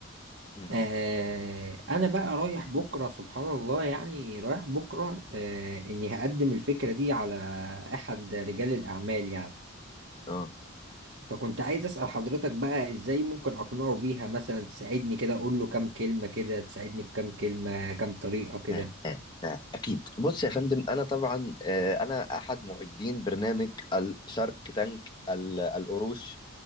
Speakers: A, on the left; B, on the right.
A: مم.
B: آه انا بقى رايح بكره سبحان الله يعني رايح بكره آه اني هقدم الفكره دي على احد رجال الاعمال يعني
A: اه
B: فكنت عايز اسال حضرتك بقى ازاي ممكن اقنعه بيها مثلا تساعدني كده اقول له كام كلمه كده تساعدني في كام كلمه كام طريقه كده
A: آه، آه، آه. اكيد بص يا فندم انا طبعا آه، انا احد معدين برنامج الشارك تانك ال- القروش